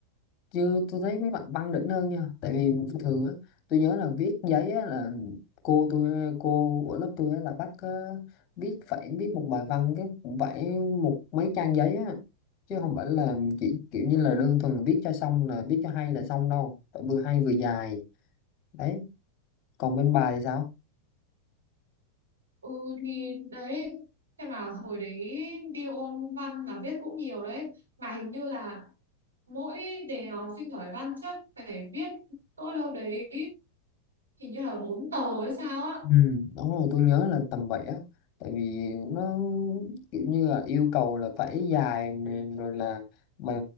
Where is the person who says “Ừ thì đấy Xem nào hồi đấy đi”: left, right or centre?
Right